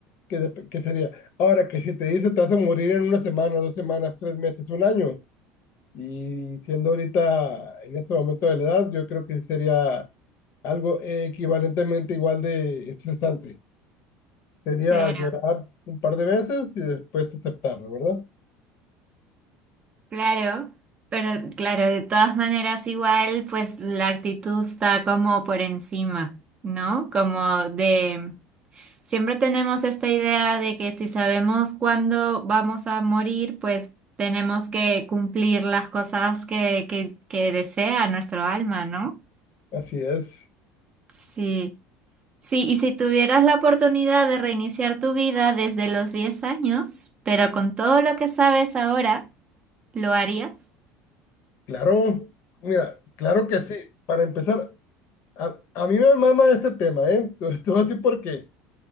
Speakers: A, on the left; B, on the right.
A: que, dep- que sería. Ahora, que si te dice te vas a morir en una semana, dos semanas, tres meses, un año, y siendo ahorita en este momento de la edad, yo creo que sería algo equivalentemente igual de estresante. Sería
B: Claro.
A: llorar un par de veces y después aceptarlo, ¿verdad?
B: Claro, pero claro, de todas maneras igual, pues la actitud está como por encima, ¿no? Como de, siempre tenemos esta idea de que si sabemos cuándo vamos a morir, pues tenemos que cumplir las cosas que, que, que desea nuestro alma, ¿no?
A: Así es.
B: Sí. Sí, y si tuvieras la oportunidad de reiniciar tu vida desde los 10 años, pero con todo lo que sabes ahora, ¿lo harías?
A: Claro, mira, claro que sí. Para empezar, a, a mí me mama este tema, ¿eh? <laughs> Te te voy a decir por qué.